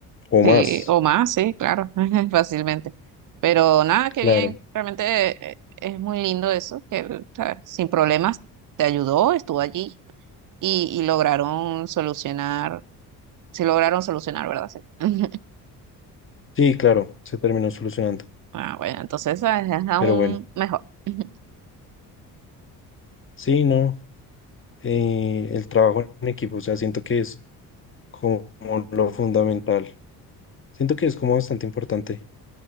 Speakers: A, on the left; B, on the right.
A: o más,
B: Sí, o más, sí, claro, <laughs> fácilmente. Pero nada, qué
A: claro.
B: bien, realmente eh, es muy lindo eso, que él, ¿sabes? sin problemas te ayudó, estuvo allí y, y lograron solucionar, sí lograron solucionar, ¿verdad? Sí. <laughs>
A: Sí, claro, se terminó solucionando.
B: Ah, bueno, entonces ¿sabes? es aún
A: Pero bueno,
B: mejor. <laughs>
A: sí, no, eh, el trabajo en equipo, o sea, siento que es como lo fundamental. Siento que es como bastante importante.